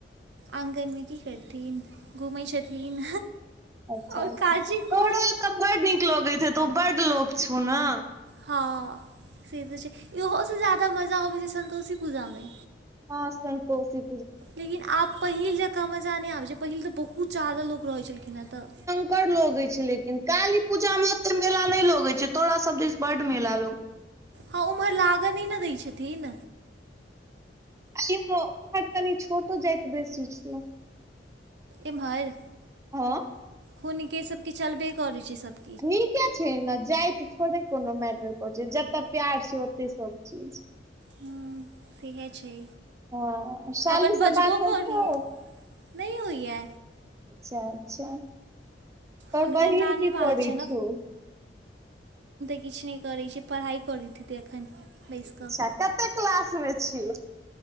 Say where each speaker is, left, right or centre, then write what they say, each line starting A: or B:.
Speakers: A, on the right; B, on the right.
A: आँगनमे की करथिन घुमै छथिन
B: अच्छा
A: आओर
B: अच्छा
A: काजी कोन
B: तोरा तऽ बड नीक लगैत हेतो बड लोक छौ ना
A: हँ से तऽ छै इहो से ज्यादा मजा अबै छै सन्तोषी पूजा मे
B: हँ संतोषि
A: लेकिन आब पहिल जँका मजा नहि आबैत छै पहिल तऽ बहुत ज्यादा लोक रहैत छलखिन हँ तऽ
B: कर लोगे छै लेकिन काली पूजा में ओते मेला नहि लगे छै तोरा सब दिस बड मेला लग
A: हँ उम्हर लागऽ नहि ने दै छथिन
B: छै उम्हर कनि छोटो जाति बेसी छिय
A: इमहर
B: हँ
A: हुनके सबके चलबे करै छै सब
B: नीके छै ने जाइत त थोड़े कोनो मैटर कर छै जता प्यार छै ओते सभ चीज
A: हूँ ठीके छै
B: हँ सालूसँ
A: अपन बजबो
B: बात होइ
A: करियै
B: छौ
A: नहि होइए
B: अच्छा अच्छा तर
A: हुनकर
B: बहिन
A: नानी
B: की
A: मारक
B: करै
A: छै
B: छौ
A: किछ नहि करैत छै पढ़ाई करैत हेतै एखन बैसि
B: अच्छा
A: कऽ
B: कते क्लास मे छिय